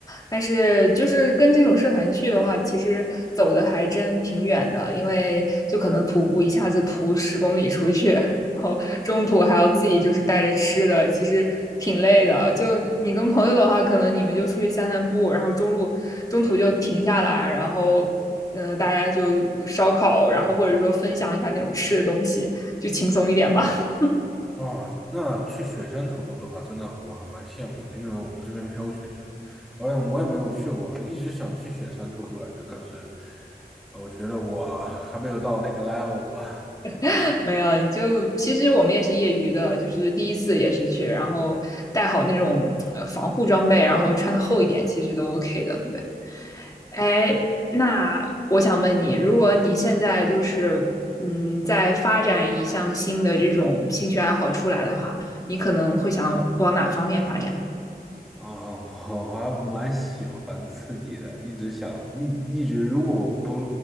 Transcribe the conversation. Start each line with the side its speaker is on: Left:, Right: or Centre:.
Left: 但是就是跟这种社团去的话，其实走的还真挺远的，因为就可能徒步一下子徒十公里出去，然后中途还要自己就是带着吃的，其实挺累的。就你跟朋友的话，可能你们就出去散散步，然后中路中途就停下来，然后嗯、呃大家就烧烤，然后或者说分享一下那种吃的东西。就轻松一点吧。
Centre: 哇，那去雪山徒步的话，真的我还蛮羡慕的，因为我们这边没有雪山，我也我也没有去过，一直想去雪山徒步来着，但是呃我觉得我还没有到那个 level 吧。
Left: <laughs> 没有，就其实我们也是业余的，就是第一次也是去，然后带好那种呃防护装备，然后穿的厚一点，其实都 OK 的。对，哎，那我想问你，如果你现在就是嗯，在发展一项新的这种兴趣爱好出来的话，你可能会想往哪方面发展？
Centre: 啊，我还蛮喜欢刺激的，一直想一一直，如果我不